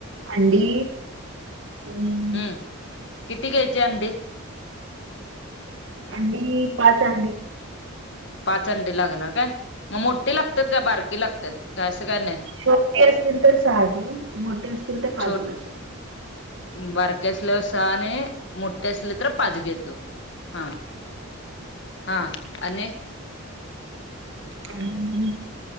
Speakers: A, on the right (about 60°); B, on the left (about 55°).
A: अंडी अं
B: हम्म किती घ्यायचे अंडी
A: अंडी पाच अंडी
B: पाच अंडी लागणार काय? मग मोठी लागतात का बारकी लागतात का असं काय नाही??
A: छोटे असतील तर सहा मोठे असतील तर पाच
B: छोट
A: घालतेत.
B: बारके असल्यावर सहा आणि मोठे असले तर पाच घेतो. हा हा आणि
A: आणि